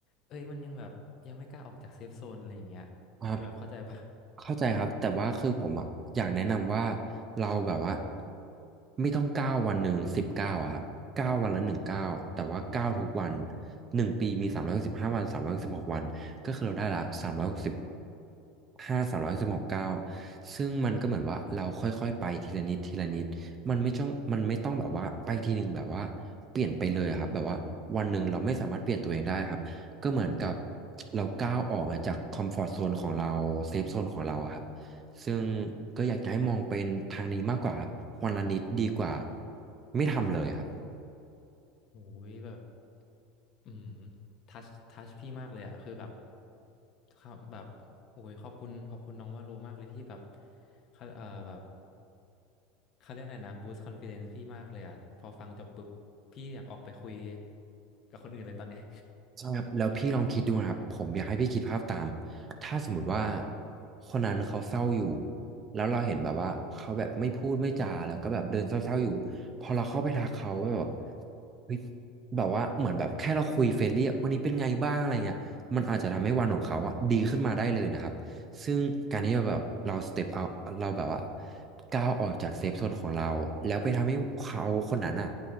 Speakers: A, on the left; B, on the right.
A: เอ้ยมันยังแบบยังไม่กล้าออกจากเซฟโซนอะไรอย่างเงี้ยคือแบบเข้าใจปะ
B: อ่า เข้าใจครับแต่ว่าคือผมอ่ะอยากแนะนำว่าเราแบบว่าไม่ต้องเก้าวันหนึ่งสิบเก้าอะครับเก้าวันละหนึ่งเก้าแต่ว่าเก้าทุกวันหนึ่งปีมีสามร้อยสิบห้าวันสามร้อยสิบหกวันก็คือเราได้ละสามร้อยหกสิบห้าสามร้อยสิบหกเก้าซึ่งมันก็เหมือนว่าเราค่อยๆไปทีละนิดทีละนิดมันไม่ต้องมันไม่ต้องแบบว่าไปทีหนึ่งแบบว่าเปลี่ยนไปเลยอะครับแบบว่าวันหนึ่งเราไม่สามารถเปลี่ยนตัวเองได้ครับ ก็เหมือนกับเราก้าวออกมาจากคอมฟอร์ z โซนของเราเซฟโซนของเราอะครับซึ่งก็อยากจะให้มองเป็นทางนี้มากกว่าครับวันละนิดดีกว่าไม่ทำเลยครับ
A: โอ้ยแบบอืมทัชทัชพี่มากเลยอะคือแบบครับแบบโอ้ยขอบคุณขอบคุณน้องว่าโลมากเลยที่แบบเขาเอ่อแบบเขาเรียกอะไรนะบูสต์คอนฟิเดนซ์พี่มากเลยอะพอฟังจบปุ๊บพี่อยากออกไปคุยกับคนอื่นเลยตอนเนี้ย
B: ใช่ครับแล้วพี่ลองคิดดูนะครับผมอยากให้พี่คิดภาพตามถ้าสมมติว่าคนนั้นเขาเศร้าอยู่แล้วเราเห็นแบบว่าเขาแบบไม่พูดไม่จาแล้วก็แบบเดินเศร้าๆอยู่พอเราเข้าไปทักเขาแบบเฮ้ยแบบว่าเหมือนแบบแค่เราคุยเฟรนลี่อะวันนี้เป็นไงบ้างอะไรเงี้ยมันอาจจะทำให้วันของเขาอะดีขึ้นมาได้เลยนะครับซึ่งการที่เราแบบเราสเต็ปเอาเราแบบว่าก้าวออกจากเซฟโซนของเราแล้วไปทำให้เขาคนนั้นอะ